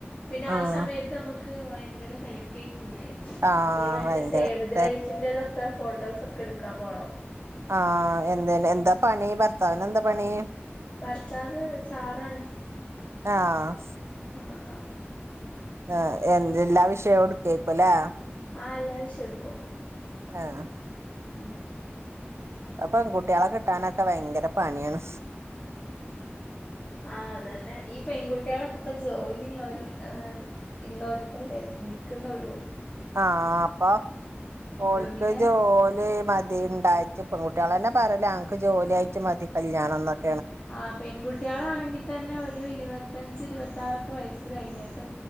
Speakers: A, on the left; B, on the right.
A: പിന്നെ
B: ആഹ്
A: ആ സമയത്ത് അമു ക്ക് വയങ്കര തെരക്കയിക്കു ലേ
B: ആഹ്
A: ഈ മറ്റേ
B: ഭയങ്കര
A: സേവതരൈറ്റിൻ്റതൊക്ക ഫോട്ടോസൊക്ക ഇട്ക്കാം ട്ക്കാം പോണം
B: ആ എന്തേന് എന്താ പണി ഭർത്താവിന് എന്താ പണി
A: ഭർത്താവ് സാറാണ്
B: ആഹ്
A: ആഹ് ആഹ്
B: ആഹ് എന്ത് എല്ലാ വിഷയും ഇട്ക്കെയ്ക്കു ലേ
A: ആ എല്ലാ വിഷയും ഇട്ക്കും
B: ആഹ്
A: മ്
B: അ പ്പെകുട്ടിആളെ കിട്ടാനൊക്കെ ഭയങ്കര പണി ആണ്
A: ആ അതന്നെ ഈ പെൺകുട്ടീളൊക്കപ്പം ജോലിള്ളോര് <unintelligible> ഇള്ളോര്ക്കല്ലേ നിക്കുന്നൊള്ളൂ
B: ആ അപം ഓൽക്ക്
A: പിന്നെ
B: ജോലി മറ്റ് തി ഇണ്ടായിറ്റ് പെൺകുട്ടിആൾ എന്നെ പറയാൻക്ക് ജോലിആയിറ്റ് മതി കല്ല്യാണം ന്നൊക്
A: ആ പെൺകുട്ട്യളണെങ്കി തന്നെ ഒരുഇരുവത്തഞ്ച്ഇരുവത്താറൊക്കെ വയസ്സ് കഴിഞ്ഞിട്ട്